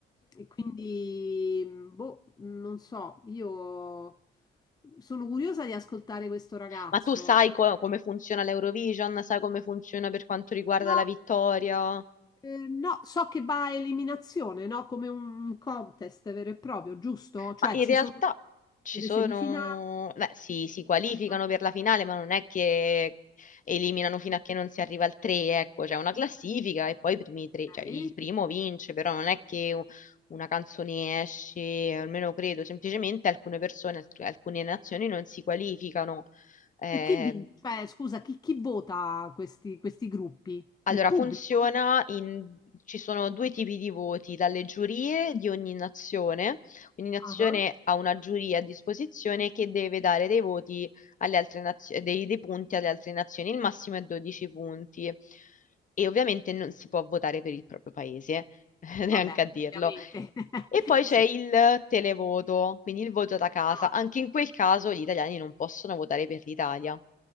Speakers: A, on the left; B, on the left.
A: e quindi, boh, non so, io sono curiosa di ascoltare questo ragazzo.
B: Ma tu sai co- come funziona l'Eurovision? Sai come funziona per quanto riguarda
A: No,
B: la vittoria?
A: Eh, no, so che va a eliminazione, no? Come un contest vero e proprio, giusto? Cioè
B: Ma in
A: ci
B: realtà
A: sono
B: ci
A: delle
B: sono...
A: semifinali.
B: Beh, si, si qualificano
A: Ah,
B: per la finale, ma non è che eliminano fino a che non si arriva al 3, ecco, c'è una classifica e poi i primi tre, cioè
A: ok.
B: il primo vince, però non è che u- una canzone esce, almeno credo, semplicemente alcune persone, alc- alcune nazioni non si qualificano. Ehm,
A: E chi vince? Cioè, scusa, chi, chi vota questi, questi gruppi?
B: Allora,
A: Il pubblico?
B: funziona in... ci sono due tipi di voti, dalle giurie di ogni nazione. Ogni nazione
A: Ah, ah.
B: ha una giuria a disposizione che deve dare dei voti alle altre nazioni, dei, dei punti alle altre nazioni. Il massimo è 12 punti. E ovviamente non si può votare per il proprio paese, <laughs> neanche
A: Vabbè,
B: a dirlo.
A: ovviamente. <laughs>
B: E poi c'è
A: Cioè,
B: il televoto, quindi il voto da casa.
A: ah,
B: Anche in quel caso gli italiani non possono votare per l'Italia.